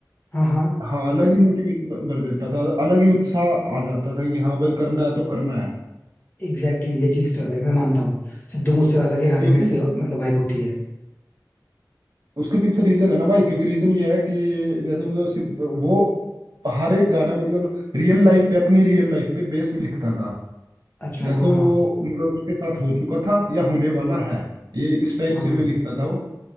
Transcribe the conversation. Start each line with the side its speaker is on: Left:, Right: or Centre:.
Left: हाँ हाँ
Right: हाँ अलग ही मोटिवेशन भर देता था अलग ही उत्साह आ जाता था कि हाँ भाई करना है तो करना है
Left: एग्जैक्टली exactly, ये चीज तो है भाई मैं मानता हूँ सिद्धू मूसेवाला के गाने
Right: क्योंकि
Left: में ऐसे मतलब वाइब होती है
Right: उसके पीछे रीजन है ना भाई क्योंकि रीजन ये है कि जैसे मतलब सिद- वो हर एक गाना मतलब रियल लाइफ पे अपनी रियल लाइफ पे बेस लिखता था
Left: अच्छा
Right: या
Left: हाँ
Right: तो
Left: हाँ
Right: वो मतलब उसके साथ हो चुका था या होने वाला है ये इस टाइप
Left: हाँ
Right: से मैं लिखता था वो